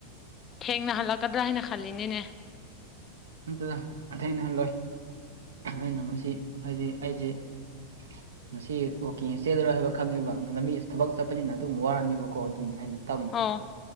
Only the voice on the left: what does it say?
ꯊꯦꯡꯅ ꯍꯜꯂꯛꯀꯗ꯭ꯔꯥ ꯍꯥꯏꯅ ꯈꯜꯂꯤꯅꯤꯅꯦ
ꯑꯣ